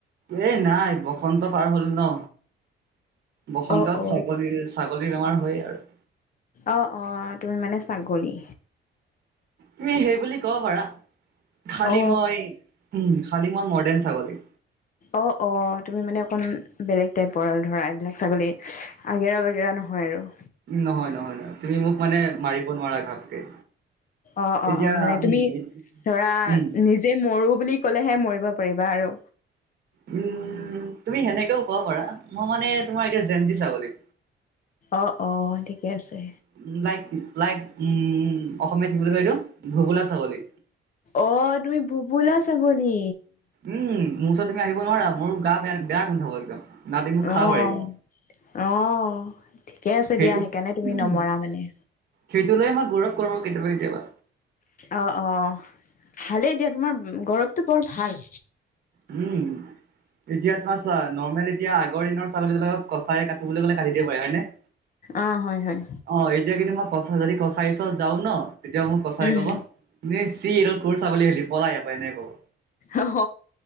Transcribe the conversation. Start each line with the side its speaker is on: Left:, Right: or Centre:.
Right: এই নাই বসন্ত পাৰ হ'ল ন? বসন্ততচাকেল।
Left: অ অ
Right: <unintelligible> ছাগলীৰ বেমাৰ হয়েই আৰু
Left: অ, অ,। তুমি মানে ছাগলী?
Right: তুমি হেৰি বুলি ক'ব পাৰা, খালি
Left: অ
Right: মই উম, খালী মই মডাৰ্ণ ছাগলী।
Left: অ, অ। তুমি মানে অকমান বেলেগ টাইপৰ আৰু ধৰা, এইবিলাক ছাগলী আগেৰা-বেগেৰা নহয় আৰু
Right: উম, নহয়, নহয়, নহয়। তুমি মোক মানে মাৰিব নোৱাৰা ঘাপকে।
Left: অ, অ,
Right: এতিয়া
Left: অ। মানে তুমি
Right: উম
Left: ধৰা,
Right: উম
Left: নিজে মৰো বুলি ক'লে হে মৰিব পাৰিবা আৰু
Right: উম, তুমি সেনেকেও কব পাৰা, মই মানে তোমাৰ এতিয়া জেনজি ছাগলী।
Left: অ'অ। ঠিকে আছে।
Right: উ, লাইক লাইক উম, অসমীয়া কি বুলি কয় এইটো? ভোবোলা ছাগলী।
Left: অ'তুমি ভোবোলা ছাগলী?
Right: উম, মোৰ ওচৰত তুমি আহিব নোৱাৰা। মোৰ গা বেয়া বেয়া গোন্ধাব একদম। না তুমি মোক খাব
Left: অ',
Right: পাৰিবা
Left: অ'। ঠিকে আছে
Right: সেইটো
Left: দিয়া। সেইকাৰণে তুমি
Right: উম
Left: নমৰা মানে?
Right: সেইটো লৈয়েই মই গৌৰৱ কৰোঁ কেতিয়াবা কেতিয়াবা।
Left: অ, অ। ভালেই দিয়া। তোমাৰ গৌৰৱটো বৰ ভাল।
Right: উম,। এতিয়া তোমাৰ চোৱা, নৰ্মেল এতিয়া আগৰ দিনৰ ছাগলীবিলাকক কচায়ে কাটো বুলি ক'লে কাটি দিব পাৰে হয়নে?
Left: অ, হয়, হয়, হয়।
Right: অ, এতিয়া কিন্তু, মই কচাই যদি কচাই ওচৰত যাওঁ ন? তেতিয়া মোক কচায়ে
Left: উম,
Right: ক'ব তুমি চিঃ, তই ছাগলী আহিলি? পলা ইয়াৰ পৰা। এনেকে ক'ব।
Left: অ'হ,